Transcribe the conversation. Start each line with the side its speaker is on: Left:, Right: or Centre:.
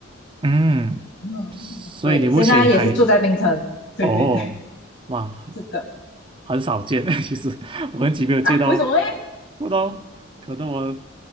Right: 嗯，
Left: 嗯，
Right: 所以你目前还
Left: 对，现在也是住在槟城。对对对，
Right: 哦，哇，
Left: 是的
Right: 很少见。<laughs> 其实我很久没有见到，
Left: 啊，为什么嘞？
Right: 不知道可能我